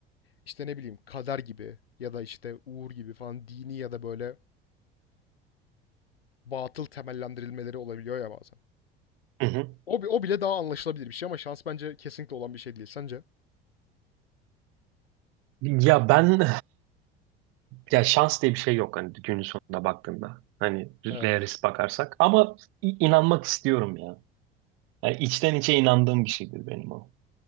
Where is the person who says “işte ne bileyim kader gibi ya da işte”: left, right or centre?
Left